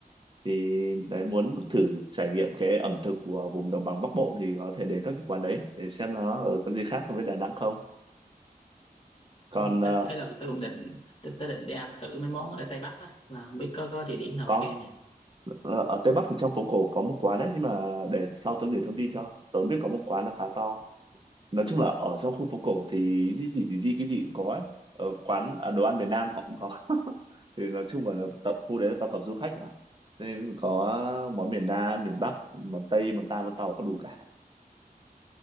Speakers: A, on the right; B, on the left.
A: thì đấy muốn thử trải nghiệm cái ẩm thực của vùng đồng bằng Bắc Bộ thì có thể đến các cái quán đấy để xem nó ở có gì khác so với Đà Nẵng không còn
B: ừ.
A: ờ,
B: T- ấy là tôi cũng định tôi, tôi định đi ăn thử mấy món ở Tây Bắc á là không biết có có địa điểm nào
A: có
B: ok nè
A: Ờ, ở Tây Bắc thì trong phố cổ có một quán đấy nhưng mà để sau tôi gửi thông tin cho tớ biết có một quán là khá to nói chung là ở trong khu phố cổ thì gì gì gì gì cái gì cũng có ấy. Ở quán à, đồ ăn Việt Nam họ cũng có <laughs> thì nói chung là tập khu đấy là tập hợp du khách mà nên có món miền Nam miền Bắc món Tây món ta món Tàu có đủ cả